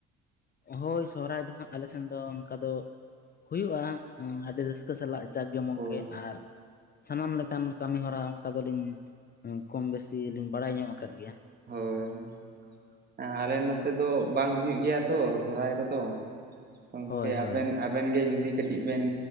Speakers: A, on the left (about 30°); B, on the right (about 30°).
A: ᱦᱳᱭ ᱥᱚᱦᱚᱨᱟᱭ ᱫᱚ ᱦᱟᱸᱜ ᱟᱞᱮᱥᱱ ᱫᱚ ᱚᱱᱠᱟ ᱫᱚ ᱦᱩᱭᱩᱜᱼᱟ ᱟᱹᱰᱤ ᱨᱟᱹᱥᱠᱟᱹ ᱥᱟᱞᱟᱜ ᱡᱟᱠ ᱡᱚᱢᱚᱠ
B: ᱦᱳᱭ
A: ᱜᱮ ᱟᱨ ᱥᱟᱱᱟᱢ ᱞᱮᱠᱟᱱ ᱠᱟᱹᱢᱤ ᱦᱚᱨᱟ ᱚᱱᱠᱟ ᱫᱚᱞᱤᱧ ᱠᱚᱢ ᱵᱮᱥᱤ ᱞᱤᱧ ᱵᱟᱲᱟᱭ ᱧᱚᱜ ᱟᱠᱟᱫ ᱜᱮᱭᱟ ᱾
B: ᱦᱳᱭ ᱾ ᱦᱮᱸ ᱟᱞᱮ ᱱᱚᱛᱮ ᱫᱚ ᱵᱟᱝ ᱦᱩᱭᱩᱜ ᱜᱮᱭᱟ ᱛᱚ ᱥᱚᱦᱨᱟᱭ ᱠᱚᱫᱚ, ᱜᱚᱝᱠᱮ
A: ᱦᱳᱭ
B: ᱟᱵᱮᱱ
A: ᱦᱳᱭ
B: ᱟᱵᱮᱱ ᱜᱮ ᱡᱩᱫᱤ ᱠᱟᱹᱴᱤᱡ ᱵᱮᱱ